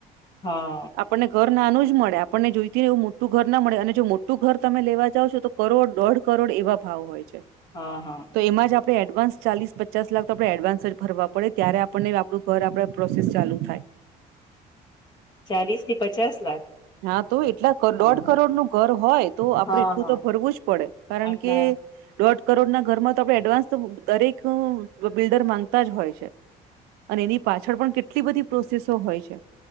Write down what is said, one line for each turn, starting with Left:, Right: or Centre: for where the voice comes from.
Left: હા.
Right: આપણને ઘર નાનું જ મળે. આપણને જોઈતી હોય એવું મોટું ઘર ના મળે. અને જો મોટું ઘર તમે લેવા જાવ છો તો કરોડ, દોઢ કરોડ એવા ભાવ હોય છે.
Left: હા, હા.
Right: તો એમાં જ આપણે એડવાન્સ ચાલીસ, પચાસ લાખ તો આપણે એડવાન્સ જ ભરવા પડે, ત્યારે આપણને આપણું ઘર આપણા પ્રોસેસ ચાલુ થાય.
Left: ચાલીસ થી પચાસ લાખ.
Right: હા તો એટલા. ક
Left: હા
Right: દોઢ
Left: હા
Right: કરોડ નું ઘર હોય તો આપણે
Left: હા
Right: એટલું
Left: હા
Right: તો
Left: હા
Right: ભરવું જ પડે. કારણ
Left: આટલા
Right: કે દોઢ કરોડના ઘરમાં તો આપણે એડવાન્સ તો દરેક બિલ્ડર માંગતા જ હોય છે. અને એની પાછળ પણ કેટલી બધી પ્રોસેસો હોય છે.